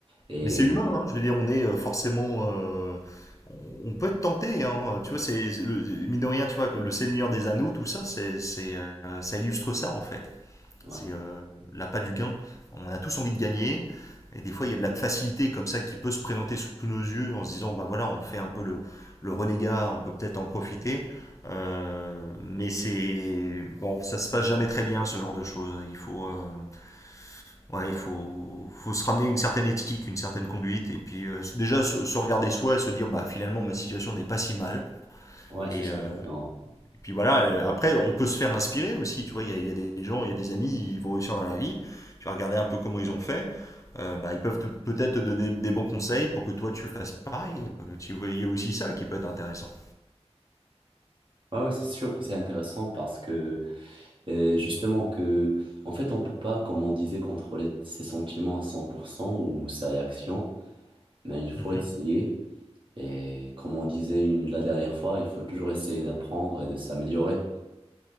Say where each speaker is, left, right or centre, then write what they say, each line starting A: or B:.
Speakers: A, on the right (about 50°); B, on the left (about 30°).
A: Et
B: Mais c'est humain, hein, je veux dire, on est euh, forcément. euh, on peut être tenté, hein, tu vois, c'est. le- Mine de rien, tu vois, que le Seigneur des Anneaux, tout ça, c'est, c'est, euh, ça illustre ça, en fait.
A: ouais.
B: C'est euh, l'appât du gain. On a tous envie de gagner. Et des fois, il y a de la facilité comme ça qui peut se présenter sous nos yeux en se disant, bah voilà, on fait un peu le, le renégat, on peut peut-être en profiter. Euh, mais c'est. Bon, ça se passe jamais très bien, ce genre de choses. Il faut. euh, Ouais, il faut, faut se ramener une certaine éthique, une certaine conduite, et puis euh, déjà se, se regarder soi et se dire, bah finalement ma situation n'est pas si mal.
A: Ouais,
B: Et,
A: c'est ça,
B: euh,
A: exactement.
B: et puis voilà, euh, après on peut se faire inspirer aussi, tu vois, il y a, il y a des gens, il y a des amis, ils vont réussir dans la vie, tu vas regarder un peu comment ils ont fait, euh, bah, ils peuvent te- peut-être te donner des bons conseils pour que toi tu fasses pareil. Euh, Tu vois, il y a aussi ça qui peut être intéressant.
A: Ouais, ouais, c'est sûr que c'est intéressant parce que, euh, justement, que, en fait, on peut pas, comme on disait, contrôler ses sentiments à 100% ou ses réactions, mais il faut
B: Mhm,
A: essayer. Et comme on disait une- la dernière fois, il faut toujours essayer d'apprendre et de s'améliorer.